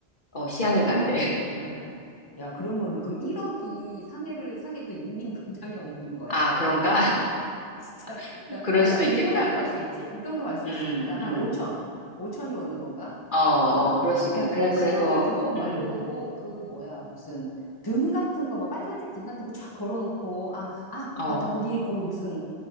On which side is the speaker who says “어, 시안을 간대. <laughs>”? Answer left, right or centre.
Left